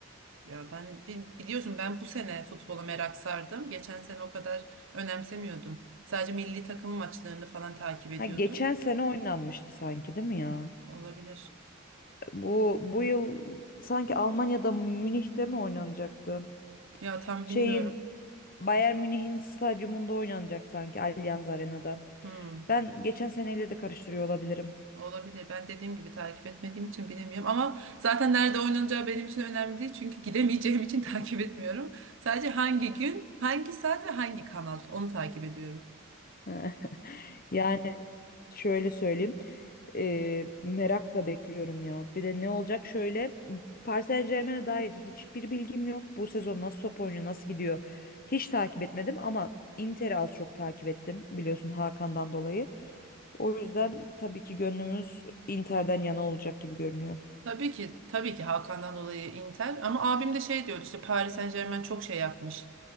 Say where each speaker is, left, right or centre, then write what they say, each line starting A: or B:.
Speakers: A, on the right; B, on the left.
A: Ya ben bi- biliyorsun ben bu sene futbola merak sardım. Geçen sene o kadar önemsemiyordum. Sadece milli takım maçlarını falan takip ediyordum.
B: Ha geçen sene oynanmıştı sanki değil mi ya?
A: Olabilir.
B: Bu bu yıl sanki Almanya'da Münih'te mi oynanacaktı?
A: Ya tam
B: Şeyin
A: bilmiyorum.
B: Bayern Münih'in stadyumunda oynanacak sanki Allianz Arena'da.
A: Hmm,
B: Ben geçen seneyle de karıştırıyor olabilirim.
A: olabilir. Ben dediğim gibi takip etmediğim için bilemiyorum. Ama zaten nerede oynanacağı benim için önemli değil. Çünkü gidemeyeceğim için <laughs> takip etmiyorum. Sadece hangi gün, hangi saat ve hangi kanal onu takip ediyorum.
B: <laughs> Yani şöyle söyleyeyim. eee, merakla bekliyorum ya. Bir de ne olacak şöyle. Paris Saint-Germain'e dair hiçbir bilgim yok. Bu sezon nasıl top oynuyor, nasıl gidiyor hiç takip etmedim ama Inter'i az çok takip ettim biliyorsun Hakan'dan dolayı. O yüzden tabii ki gönlümüz Inter'den yana olacak gibi görünüyor.
A: Tabii ki tabii ki Hakan'dan dolayı Inter ama abim de şey diyor işte Paris Saint-Germain çok şey yapmış.